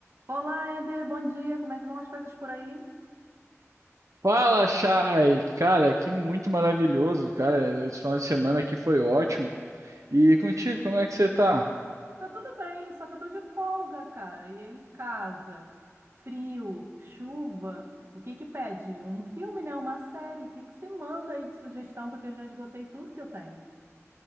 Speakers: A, on the right; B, on the right.
A: Olá, Éder, bom dia. Como é que vão as coisas por aí?
B: Fala, Chay! Cara, que muito maravilhoso, cara. Esse final de semana aqui foi ótimo. E contigo, como é que você tá?
A: Tá tudo bem, só que eu tô de folga, cara. E aí, casa, frio, chuva, o que que pede? Um filme, né? Uma série? O que que você manda aí de sugestão? Porque eu já esgotei tudo que eu tenho.